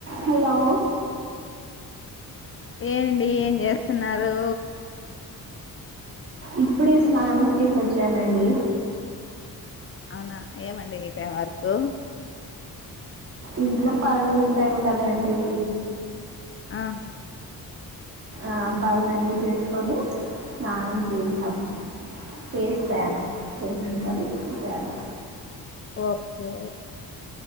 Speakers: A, on the right; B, on the left.
A: Hello
B: ఏండి ఏం చేస్తున్నారు
A: ఇప్పుడే స్నానం చేసొచ్చానండి
B: అవునా ఏమండి ఈ టైం వరకు
A: ఇంట్లో పన్లుంటాము కదండి
B: ఆ
A: ఆ పవునంగి చేసుకోని స్నానం చేసాం
B: ఆ
A: చేసాను
B: ఆ
A: చేసంటడు చూశాను
B: ఓకే